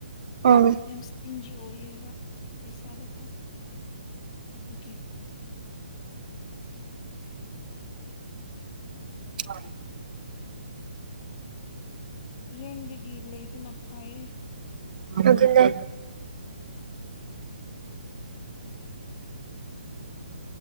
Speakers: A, on the right; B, on the left.
A: ꯎꯝ
B: ꯌꯥꯝ ꯇꯤꯟꯁꯤ ꯑꯣꯏꯌꯦꯕ ꯄꯩꯁꯥꯗꯀꯣ ꯑꯗꯨꯒꯤ
A: ꯎ
B: ꯔꯦꯡꯗꯒꯤ ꯂꯩꯕꯅ ꯐꯥꯏ
A: ꯑꯗꯨꯅꯦ